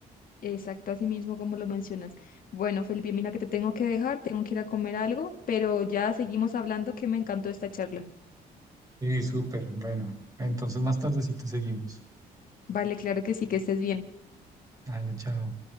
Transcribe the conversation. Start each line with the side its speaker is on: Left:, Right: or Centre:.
Left: exacto, así mismo como lo mencionas. Bueno, Felipe, mira que te tengo que dejar, tengo que ir a comer algo, pero ya seguimos hablando que me encantó esta charla.
Right: Y súper, bueno. Entonces más tardecito seguimos.
Left: Vale, claro que sí, que estés bien.
Right: Dale, chao.